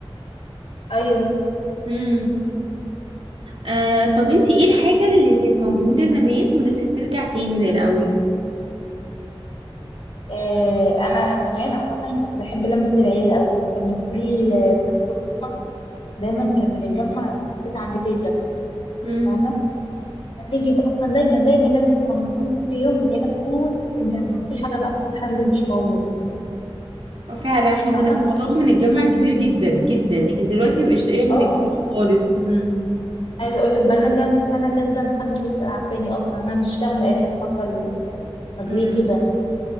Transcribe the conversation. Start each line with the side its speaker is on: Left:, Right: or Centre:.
Left: ايوه
Right: امم آه طب انتي ايه الحاجة اللي كانت موجودة زمان ونفسك ترجع تاني زي الأول
Left: آه انا زمان عامه كنت بحب لمه العيله قوي كان كل كان كل جمعه دايما كنا بنتجمع في البيت عند تيتا
Right: امم
Left: فاهمه نيجي بقى كان دايما دايما لازم في رمضان كان في يوم العيلة كلها تتجمع مفيش حاجة بقى اسمها حد مش موجود
Right: فعلا احنا
Left: فاهمة؟
Right: كنا في رمضان بنتجمع كتير جدا جدا لكن دلوقتي مبقاش تقريبا
Left: اه
Right: بنتجمع خالص امم
Left: عايزة اقول لك بقالنا كام سنة كده محدش بيسأل على التاني اصلا انا مش فاهمة ايه اللي حصل ولا طب
Right: امم
Left: ليه كده؟